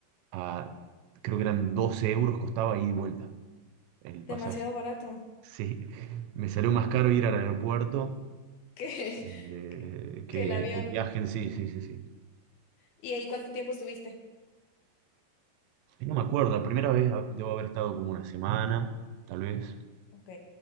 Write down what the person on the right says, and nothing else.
a, creo que eran 12 euros, costaba ida y vuelta el pasaje.
Sí, me salió más caro ir al aeropuerto
eh,
que,
que el viaje en sí, sí, sí, sí.
Y no me acuerdo, la primera vez ah, debo haber estado como una semana, tal vez,